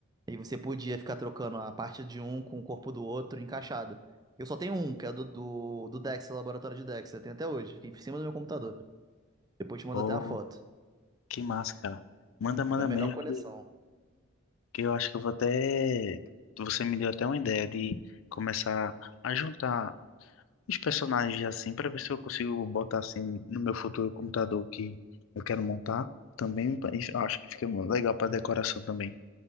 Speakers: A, on the right; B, on the left.
A: E você podia ficar trocando a parte de um com o corpo do outro encaixada. Eu só tenho um, que é do, do, do Dexter, Laboratório de Dexter. Eu tenho até hoje, fica em cima do meu computador. Depois eu te mando
B: Pô,
A: até uma foto.
B: que massa, cara. Manda, manda
A: Foi a melhor
B: mesmo
A: coleção.
B: que, que eu acho que eu vou até. Você me deu até uma ideia de começar a juntar os personagens assim, pra ver se eu consigo botar assim no meu futuro computador que eu quero montar. Também pra- eu acho que fica legal pra decoração também.